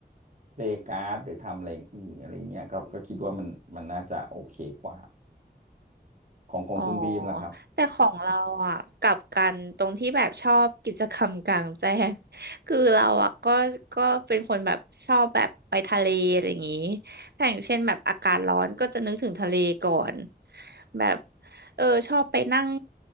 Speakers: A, on the right; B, on the right.
A: เพลย์การ์ดหรือทำอะไรอย่างอื่นอะไรเงี้ยก็ก็คิดว่ามันมันน่าจะโอเคกว่าของของคุณบีมล่ะครับ
B: อ๋อแต่ของเราอ่ะกลับกันตรงที่แบบชอบกิจกรรมกลางแจ้ง <laughs> คือเราอ่ะก็ก็เป็นคนแบบชอบแบบไปทะเลอะไรอย่างงี้ถ้าอย่างเช่นแบบอากาศร้อนก็จะนึกถึงทะเลก่อนแบบเออชอบไปนั่ง